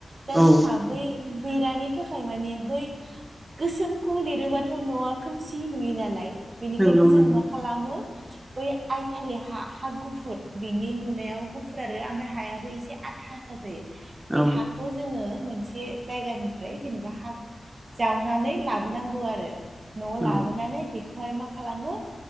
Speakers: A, on the right; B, on the right.
A: दा
B: औ
A: जोंहा बै बेरानि थाखाय माने बै गोसोमखौ लिरोबाथ' न'वा खोमसि नुयो नालाय बेनिखायनो
B: नंगौ
A: जों
B: नंगौ
A: मा खालामो बै आइथालि हा हा गुफुर बिनि नुनायाव गुफुर आरो आमफाय हायाबो एसे आ था आथा जायो
B: औ
A: बे हाखौ जोङो मोनसे जायगानिफ्राय जेनेबा हा जावनानै लाबोनांगौ आरो न'वाव
B: औ
A: लाबोनानै बेखौहाय मा खालामो